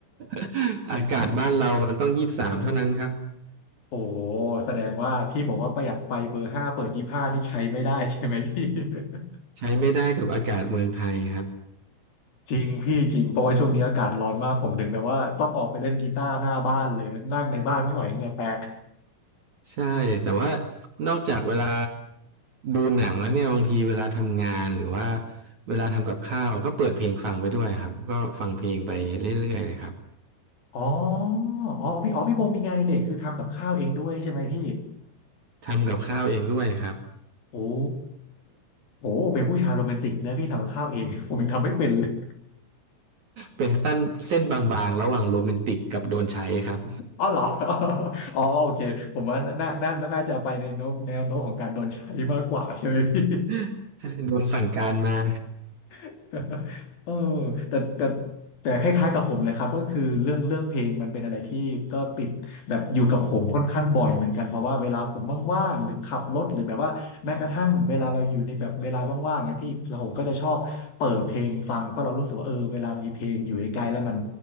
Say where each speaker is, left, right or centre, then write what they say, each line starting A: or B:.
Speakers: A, on the right (about 45°); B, on the left (about 50°).
A: <laughs> อากาศบ้านเรามันต้องยี่สิบสามเท่านั้นครับ
B: <laughs> โอ้แสดงว่าที่บอกว่าประหยัดไฟเบอร์ห้าเปิดยี่สิบห้านี่ใช้ไม่ได้ใช่ไหมพี่ <laughs>
A: ใช้ไม่ได้กับอากาศเมืองไทยครับ
B: จริงพี่จริงเพราะว่าช่วงนี้อากาศร้อนมากผมถึงแบบว่าต้องออกไปเล่นกีตาร์หน้าบ้านเลยนั่งในบ้านไม่ไหวเหงื่อแตก
A: ใช่แต่ว่านอกจากเวลาดูหนังแล้วเนี่ยบางทีเวลาทำงานหรือว่าเวลาทำกับข้าวก็เปิดเพลงฟังไปด้วยครับก็ฟังเพลงไปเรื่อยๆเลยครับ
B: อ๋ออ๋อพี่อ๋อพี่พงศ์มีงานอดิเรกคือทำกับข้าวเองด้วยใช่ไหมพี่
A: ทำกับข้าวเองด้วยครับ
B: โอ้โหเป็นผู้ชายโรแมนติกนะพี่ทำข้าวเอง <laughs> ผมยังทำไม่เป็นเลย
A: เป็นสั้นเส้นบางๆระหว่างโรแมนติกกับโดนใช้ครับ
B: อ๋อเหรอ <laughs> อ๋อโอเคผมว่าน่าน่าน่าน่าจะไปในโน้มแนวโน้มของการโดนใช้มากกว่าใช่ไหมพี่
A: <laughs> โดนสั่งการมา
B: <laughs> เออแต่แต่แต่คล้ายๆกับผมเลยครับก็คือเรื่องเรื่องเพลงมันเป็นอะไรที่ก็ติดแบบอยู่กับผมค่อนข้างบ่อยเหมือนกันเพราะว่าเวลาผมว่างๆหรือขับรถหรือแบบว่าแม้กระทั่งเวลาเราอยู่ในแบบเวลาว่างๆเนี่ยพี่เราก็จะชอบเปิดเพลงฟังเพราะเรารู้สึกว่าเออเวลามีเพลงอยู่ใกล้ๆแล้วมัน